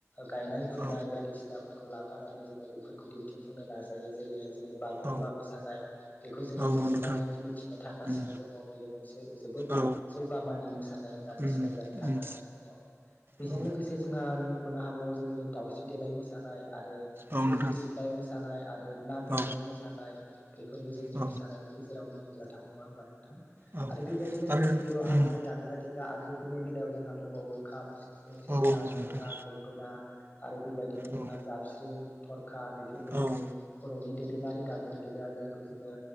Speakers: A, on the left; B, on the right.
A: गायनाय फुनाय
B: औ
A: बायदिसिनाफोरखौ लाफानानै जोङो बेफोरखौ दिन्थिफुंनो नाजायो जेरैहाय जोङो बागुरुम्बा
B: औ
A: मोसानाय बेखौ जोङो
B: औ
A: मुलुगनाङैनो
B: नोंथां
A: मिथिनो थांगासिनो।
B: उम
A: दङ बियो मोनसे जोबोद
B: औ
A: जौगामानि मोसानाय होननानै
B: उम
A: सिनायजानो थांगासिनो
B: उम
A: दङ। बेजों
B: औ
A: लोगोसे जोंहा मख'नो हाबावो जोङो दावस्रि देलाय मोसानाय आरो
B: औ
A: थुंग्रि
B: नोंथां
A: सिबनाय मोसानाय आरो ना गुरनाय
B: औ
A: मोसानाय बेफोरबो जोंनि
B: औ
A: मोसानायनि गेजेराव मख'जाथाव नङा होनबा नोंथां
B: औ
A: आरो बेबायदिनो
B: आरो
A: जोंनि बर' हारिनि
B: उम
A: दामग्रा देग्रा आगजुफोरनि बेलायाव जोंहा दंबावो खाम सि फुं सेरजा
B: औ औ नोंथां
A: जथा गंगोना आरो बेबायदिनो
B: उम
A: जोंहा जाबस्रिं थरखा बेफोरबो
B: औ
A: जों जोंनि
B: उम औ
A: बर'नि दोरोङारि दामग्रा देग्रा जायखौ जोङो